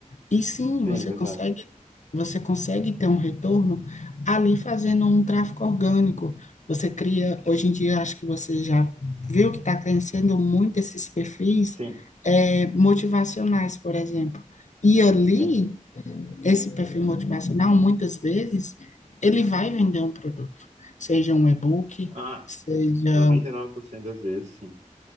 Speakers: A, on the left (about 65°); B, on the right (about 60°).
A: E sim, você
B: Sim, verdade.
A: consegue, você consegue ter um retorno ali fazendo um tráfego orgânico. Você cria, hoje em dia, acho que você já viu que está crescendo muito esses perfis
B: Sim,
A: eh, motivacionais, por exemplo. E ali,
B: Sim.
A: esse perfil motivacional, muitas vezes, ele vai vender um produto, seja um e-book,
B: Ah,
A: seja
B: 99% das vezes, sim.